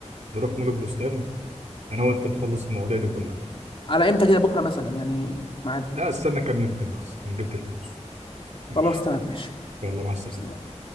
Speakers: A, on the right; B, on the left.
A: نروح مول البستان انا وانت نخلص المواضيع دي كلها
B: على امتى كده بكره مثلا يعني ميعاد
A: لا استنى كام يوم كده بس كنت جبت الفلوس ماشي
B: خلاص تمام ماشي
A: يلا مع السلامه
B: سلام.